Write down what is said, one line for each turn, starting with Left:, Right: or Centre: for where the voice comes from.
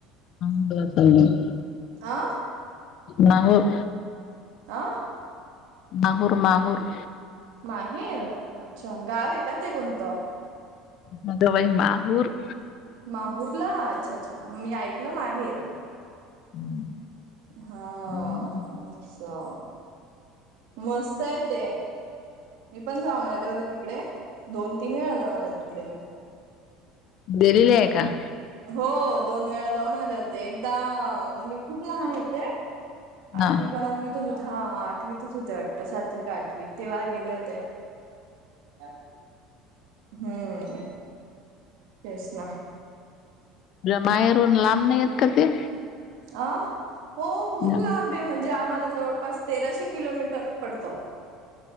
Left: <unintelligible>
Right: आ,
Left: माहूर
Right: आ?
Left: माहुर माहुर!
Right: माहेर! अच्छा गाव आहे का ते कोणतं?
Left: मग वई माहूर.
Right: माहूर ला! अच्छा अच्छा, मी ऐकलं माहेर.
Left: <inaudible>
Right: हा,
Left: हम्म.
Right: आच्छा! मस्त आहे ते, मी पण जाऊन आले होते तिकडे दोन तीन वेळा जाऊन आले. कडे.
Left: गेलेली आहे का?
Right: हो दोन वेळा जाऊन आले होते, एकदा मी खूप लहान होते. आठवी
Left: हा
Right: का नववी? हो हा आठवीतच होते वाट सातवी का आठवी तेव्हा गेले होते. हम्म तेच ना!
Left: माहेरून लांब नाही आहेत का ते?
Right: आ हो खूप
Left: जाऊ.
Right: लाब. कुठे म्हणजे आम्हाला जवळपास तेराशे किलोमीटर पडतो.